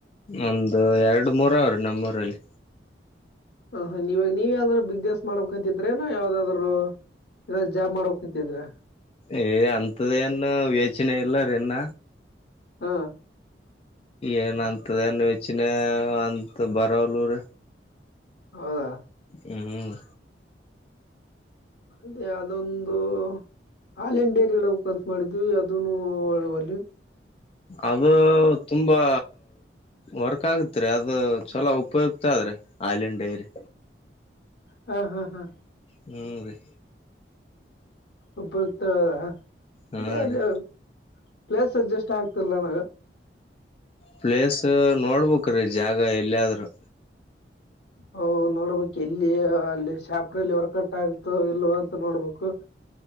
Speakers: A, on the left; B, on the left.
A: ಒಂದು ಎರಡು ಮೂರ ಅವ್ರೀ ನಮ್ಮೂರಲ್ಲಿ.
B: ಹ ಹ ನೀವಾಗ ನೀವ ಯಾವದಾರೂ ಬಿಗ್ ದಸ್ ಮಾಡಬೇಕತಿ. ಅ್ರನ ಯಾವ್ದಾದ್ರು ಇ ಜಾಮ್ ಮಾಡಬೇಕಕ್ಂತಿದ್ರ.
A: ಏ ಅಂತದೇನು ಯೋಚನೆ ಇಲ್ಲ ರ ಇನ್ನ.
B: ಹಾ.
A: ಏನಂತದನು ಯೋಚನೆ ಅಂತ ಬರೋಲುರ
B: ಹೌದಾ.
A: ಹ್ಮ.
B: ಅದೆ ಅದೊಂದು. ಹಾಲನ್್ ಡೇರಿ ಹಡಬೇಕ ಅಂತ ಮಾಡಿದ್ವಿ ಅದನುಡಲ್ಲಿ.
A: ಅದು ತುಂಬಾ. ವರ್ಕ್ ಆಗತ್ರಿ ಅದು ಚಲೋ ಉಪಯುಕ್ತ ಆದದ್ರೆ ಹಾಲಿನ ಡೈರಿ
B: ಹಾ ಹಾ ಹಾ.
A: ಹ್ಮ್ ರೀ.
B: ಒಬ್ಬರ್ತಾವದ
A: ಹಾ
B: ಅದೇ ಅಲ್ಲಿ
A: ರೀ
B: ಪ್ಲೇಸ್ಸ್. ಇಷ್ಟ ಆಗ್ತಲ್ಲ ನ
A: ಪ್ಲೇಸ್ ನೋಡ್ಬೇಕ್ರೀ ಜಾಗ ಎಲ್ಲಿಯಾದ್ರುೂ.
B: ಹೂ ನೋಡ್ಬೇಕ ಎಲ್ಲಿ. ಅಲ್ಲಿ ಶಾಪ್ರಲ್ಲಿ ವರ್ಕಟ್ ಆಗತು ಇಲ್ವ ಅಂತ ನೋಡ್ಬೇಕು.